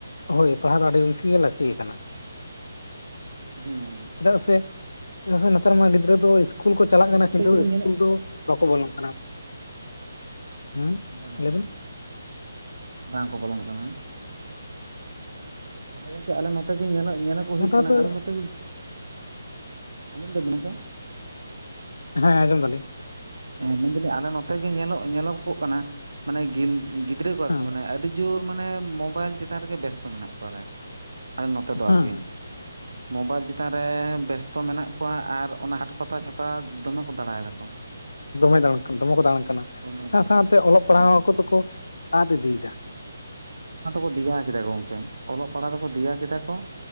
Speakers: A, on the left; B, on the right.
A: ᱦᱳᱭ ᱯᱟᱲᱦᱟᱣ ᱫᱚ ᱟᱹᱰᱤ ᱵᱮᱥᱤ ᱜᱮ ᱞᱟᱹᱠᱛᱤ ᱠᱟᱱᱟ
B: ᱦᱩᱸ
A: ᱪᱮᱫᱟᱜ ᱥᱮ ᱪᱮᱫᱟᱜ ᱥᱮ ᱱᱮᱛᱟᱨ ᱢᱟ ᱜᱤᱫᱽᱨᱟᱹ ᱫᱚ ᱤᱥᱠᱩᱞ ᱠᱚ ᱪᱟᱞᱟᱜ
B: ᱟᱞᱮ
A: ᱠᱟᱱᱟ
B: ᱱᱚᱛᱮ
A: ᱠᱤᱱᱛᱩ
B: ᱜᱮᱞᱤᱧ
A: ᱤᱥᱠᱩᱞ
B: ᱧᱮᱞᱮᱫ
A: ᱫᱚ ᱵᱟᱠᱚ ᱵᱚᱞᱚᱱ ᱠᱟᱱᱟ ᱦᱮᱸ
B: <unintelligible> ᱵᱟᱝ ᱵᱟᱝ
A: ᱞᱟᱹᱭ ᱵᱮᱱ
B: ᱵᱟᱝᱠᱚ ᱵᱚᱞᱚᱱ ᱠᱟᱱᱟ ᱟᱫᱚ ᱜᱚᱝᱠᱮ ᱟᱞᱮ ᱱᱚᱛᱮ ᱜᱮ ᱧᱮᱞ ᱧᱮᱞᱮ ᱠᱚ ᱦᱩᱭᱩᱜ
A: ᱱᱮᱛᱟᱨ
B: ᱠᱟᱱᱟ
A: ᱫᱚ
B: ᱟᱞᱮ ᱱᱚᱛᱮ ᱟᱸᱡᱚᱢ ᱫᱟᱵᱮ ᱱᱚᱝᱠᱮ
A: ᱦᱮᱸ ᱟᱡᱚᱢ ᱫᱟᱞᱤᱧ
B: ᱮ ᱢᱮᱱᱫᱟᱞᱤᱧ ᱟᱞᱮ ᱱᱚᱛᱮ ᱜᱮ ᱧᱮᱞ ᱧᱮᱞᱚᱜᱚᱜ ᱠᱟᱱᱟ ᱢᱟᱱᱮ ᱜᱤᱫᱽᱨᱟᱹ ᱠᱚ ᱟᱨᱠᱤ
A: ᱦᱮᱸ
B: ᱢᱟᱱᱮ ᱟᱹᱰᱤ ᱡᱳᱨ ᱢᱟᱱᱮ ᱢᱳᱵᱟᱭᱤᱞ ᱪᱮᱛᱟᱱ ᱨᱮᱜᱮ ᱵᱮᱥᱛᱚ ᱢᱮᱱᱟᱜ ᱠᱚᱣᱟ ᱟᱨ ᱱᱚᱛᱮ ᱫᱚ
A: ᱦᱮᱸ
B: ᱟᱨᱜᱤ ᱢᱳᱵᱟᱭᱤᱞ ᱪᱮᱛᱟᱱ ᱨᱮ ᱵᱮᱥᱛᱚ ᱢᱮᱱᱟᱜ ᱠᱚᱣᱟ ᱠᱚᱶᱟ ᱟᱨ ᱚᱱᱟ ᱦᱟᱴ ᱯᱟᱛᱟ ᱪᱷᱟᱛᱟ ᱫᱚᱢᱮ ᱠᱚ ᱫᱟᱬᱟᱭ ᱮᱫᱟ ᱠᱚ
A: ᱫᱚᱢᱮ ᱫᱟᱬᱟᱱ ᱠᱟᱱᱟ ᱫᱚᱢᱮ ᱠᱚ ᱫᱟᱬᱟᱱ ᱠᱟᱱᱟ
B: ᱫᱚᱢᱮ
A: ᱥᱟᱶ
B: ᱫᱚᱢᱮ
A: ᱥᱟᱶᱛᱮ ᱚᱞᱚᱜ ᱯᱟᱲᱦᱟᱣ
B: ᱟᱨ
A: ᱠᱚᱫᱚᱠᱚ ᱟᱫ ᱤᱫᱤᱭᱮᱫᱟ
B: ᱟᱫᱚ ᱠᱚ ᱫᱮᱭᱟ ᱠᱮᱫᱟ ᱠᱚ ᱜᱚᱢᱠᱮ ᱚᱞᱚᱜ ᱯᱟᱲᱦᱟᱜ ᱫᱚᱠᱚ ᱫᱮᱭᱟ ᱠᱮᱫᱟ ᱠᱚ